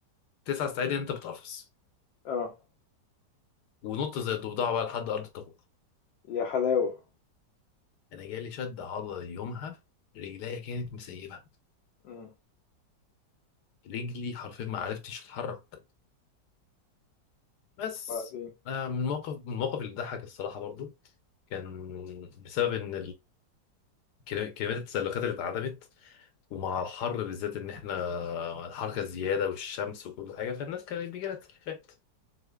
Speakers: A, on the left; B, on the left.
A: تسعة استعد ان انت بتقفص
B: اه
A: ونط زي الضفدعه بقى لحد ارض الطابور
B: يا حلاوة
A: انا جالي شد عضلي يومها رجليا كانت مسيبه
B: مم.
A: رجلي حرفيا ما عرفتش اتحرك بس
B: وبعدين
A: آه، من الموقف من الموقف اللي ضحك الصراحه برضو كان بسبب ان كلا- كمية التسلخات اللي اتعدمت ومع الحر بالذات ان احنا الحركة الزيادة والشمس وكل حاجة فالناس كان بيجي لها تسلخات